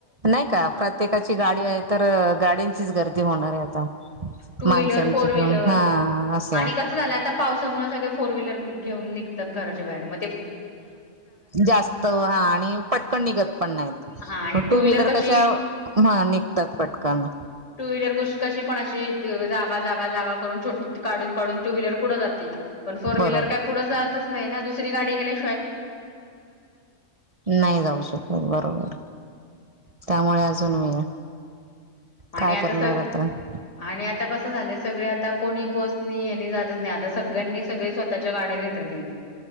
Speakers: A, on the right; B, on the left.
A: नाही का? प्रत्येकाची गाडी आहे तर गाड्यांंचीच गर्दी होणार आहे आता
B: टू
A: माणसांची
B: व्हीलर फोर व्हीलर
A: हा असे
B: आणि कसं झालं आता पावसामुळे सगळे फोर व्हीलर घेऊन निघतात घराच्या बाहेर म
A: जास्त हा आणि पटकन निघत पण नाहीत
B: हा आणि
A: टू व्हीलर
B: कशी
A: क शा हा निघतात पटकन.
B: टू व्हीलर कुश कशी पण अशी त जागा जागा जागा करून छो पण फोर
A: बरोबर
B: व्हीलर काय पुढे जातच नाही ना दुसरी गाडी गेल्या
A: नाही जाऊ शकत बरोबर. त्यामुळे अजून वेळ
B: आणि
A: काय
B: आता
A: करणार
B: स
A: आता
B: आणि आता कसं झाले सगळे आता कोणी बसनी यांनी जातच नाही आता सगळ्यांनी सगळे स्वतःच्या गाड्या घेतात आहे.